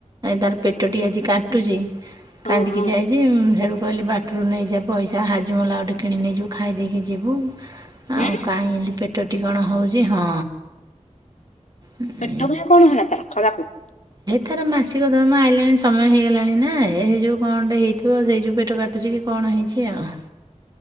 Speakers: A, on the right; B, on the left.
A: ତର ପେଟଟି ଆଜି କାଟୁଛି
B: ହଁ
A: କାନ୍ଦିକି
B: ହଁ
A: ଯାଇଛି ସେଳୁ କହିଲି ବାଟରୁ ନେଇଯା ପଇସା ହାଜମଲା ଗଟେ କିଣ ନେଇଯୁ ଖାଇ ଦେଇେଇକି ଯିବୁ
B: ହୁଁ
A: ଆଉ କାହିଁ ଏତି ପେଟଟି କଣ ହଉଛି ହଁ ଉଁ,
B: ପେଟ ଭ କଣ ହେଲା ତ ଖରାପ
A: ଥର ମାସିକ ଦର୍ମା ଆଇଲାଣି ସମୟ ହେଇଗଲାଣି ନା ଏ ଯଉ କଣେ ହେଇଥିବ ସେଇ ଯଉ ପେଟ କାୁଛି କି କଣ ହେଇଛି ଆଉ